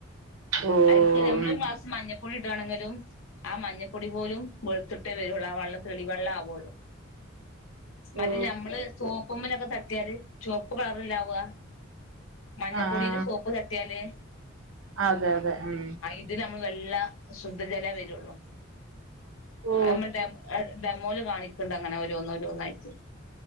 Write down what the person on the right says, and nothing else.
ഓ
ഉം
ഓ
ആ ആ
അതെ അതെ ഉം
ഓ